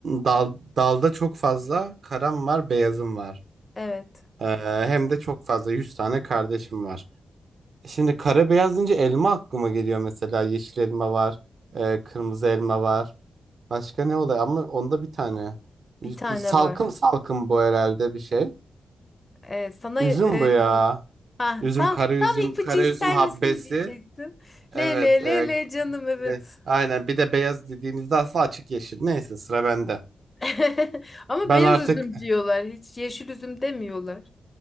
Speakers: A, on the right (about 65°); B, on the left (about 25°).
A: dal, dalda çok fazla karam var, beyazım var.
B: Evet,
A: Ee, hem de çok fazla 100 tane kardeşim var. Şimdi kara beyaz deyince elma aklıma geliyor mesela. Yeşil elma var, e, kırmızı elma var. Başka ne oluyor? Ama onda bir tane. Üz-
B: bir tane
A: Salkım
B: var.
A: salkım bu herhalde bir şey.
B: Ee, sana
A: Üzüm
B: e,
A: bu ya.
B: ha
A: Üzüm,
B: tam
A: kara üzüm,
B: tam ipucu
A: kara
B: ister
A: üzüm habbesi.
B: misin diyecektim.
A: Evet.
B: Le le
A: e,
B: le le canım evet.
A: ve- aynen. Bir de beyaz dediğimizde aslında açık yeşil. Neyse sıra bende.
B: <laughs> Ama
A: Ben
B: beyaz
A: artık
B: üzüm diyorlar. Hiç yeşil üzüm demiyorlar.